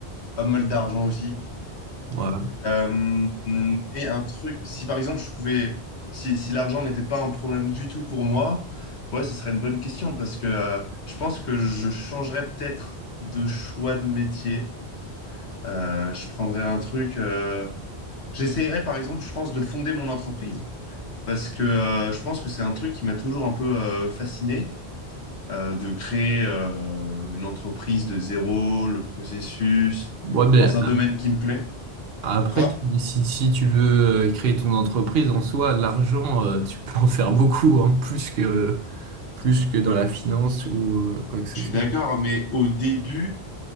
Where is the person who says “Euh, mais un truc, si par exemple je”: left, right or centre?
Left